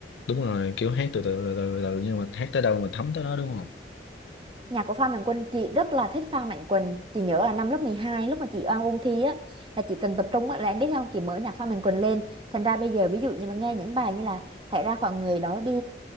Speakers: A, on the left; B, on the right.
A: đúng rồi kiểu hát từ từ từ từ, từ nhưng mà hát tới đâu mà thấm tới đó đúng không
B: nhà của Phan Mạnh Quỳnh chị rất là thích Phan Mạnh Quỳnh chị nhớ là năm lớp 12 lúc mà chị oan ôn thi á là chị cần tập trung á là em biết không chị mở nhạc Phan Mạnh Quỳnh lên thành ra bây giờ ví dụ như mà nghe những bài như là hãy ra khỏi người đó đi